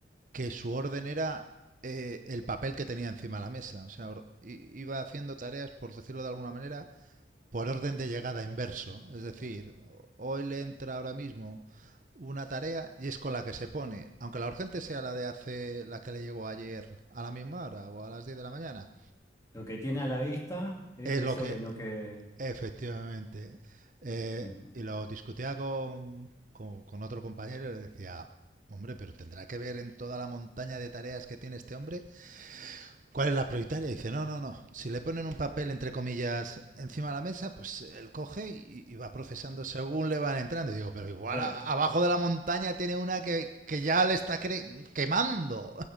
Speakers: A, on the right; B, on the left.
A: que su orden era eh, el papel que tenía encima de la mesa. O sea, or- i- iba haciendo tareas, por decirlo de alguna manera, por orden de llegada inverso. Es decir, hoy le entra ahora mismo una tarea y es con la que se pone, aunque la urgente sea la de hace la que le llegó ayer a la misma hora o a las 10 de la mañana,
B: Lo que tiene a la vista, e-
A: es lo
B: eso
A: que
B: es en lo que.
A: efectivamente. eh,
B: Ujú.
A: y lo discutía con, con, con otro compañero y le decía, hombre, pero tendrá que ver en toda la montaña de tareas que tiene este hombre ¿Cuál es la prioritaria? Dice, no, no, no. Si le ponen un papel, entre comillas, encima de la mesa, pues él coge y, y va procesando según le van entrando. Y digo, pero igual
B: Bueno.
A: a- abajo de la montaña tiene una que, que ya le está quemando.